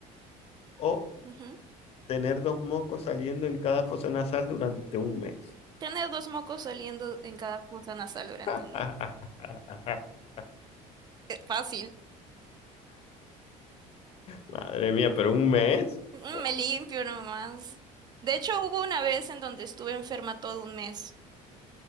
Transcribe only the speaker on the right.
Ujú.
Tener dos mocos saliendo en cada fosa nasal durante
un mes. Eh, Fácil.
Mm,
Me limpio nomás. De hecho, hubo una vez en donde estuve enferma todo un mes.